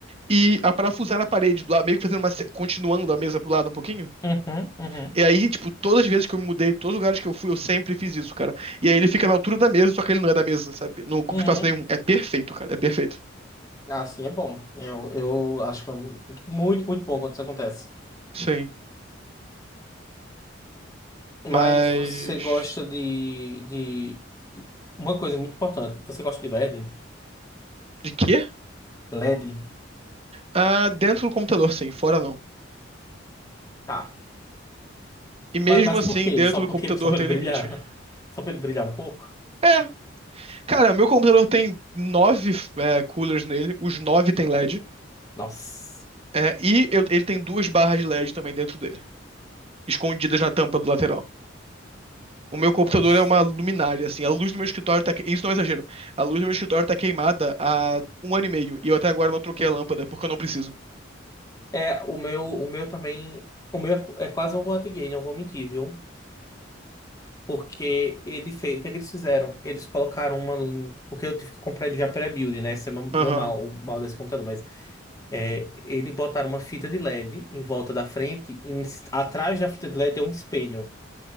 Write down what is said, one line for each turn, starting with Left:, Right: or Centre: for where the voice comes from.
Right: e a parafusar na parede do lado, meio que fazendo uma. se- continuando a mesa pro lado um pouquinho.
Left: uhum, uhum,
Right: E aí, tipo, todas as vezes que eu me mudei, todos os lugares que eu fui, eu sempre fiz isso, cara. E aí ele fica na altura da mesa, só que ele não é da mesa, sabe? Não ocupa
Left: uhum.
Right: espaço nenhum. É perfeito, cara, é perfeito.
Left: Ah, sim, é bom. Eu, eu acho que é muito, muito muito bom quando isso acontece.
Right: Sim.
Left: Mas
Right: Mas.
Left: você gosta de, de, de- Uma coisa muito importante. Você gosta de LED?
Right: De quê?
Left: LED?
Right: Ah, dentro do computador, sim, fora não.
Left: Tá.
Right: E mesmo
Left: Mas, mas
Right: assim,
Left: por quê?
Right: dentro
Left: Só
Right: do
Left: porque,
Right: computador
Left: só pra
Right: tem
Left: ele
Right: limite.
Left: brilhar? Só pra ele brilhar um pouco?
Right: É, Cara, o meu computador tem nove é, coolers nele, os nove tem LED.
Left: Nossa,
Right: é, e eu- ele tem duas barras de LED também dentro dele, escondidas na tampa do lateral. O meu computador
Left: nossa.
Right: é uma luminária, assim, a luz do meu escritório tá... que- Isso não é exagero. A luz do meu escritório tá queimada há um ano e meio, e eu até agora não troquei a lâmpada, porque eu não preciso.
Left: É, o meu, o meu também. O meu é, é quase uma boate gay, não vou mentir, viu? Porque ele fez. O que é que eles fizeram? Eles colocaram uma. Porque eu tive que comprar ele já pré-build, né? Esse é o meu
Right: Aham.
Left: mal, o mal desse computador. Mas É, ele botaram uma fita de LED em volta da frente, em- atrás da fita de LED é um espelho.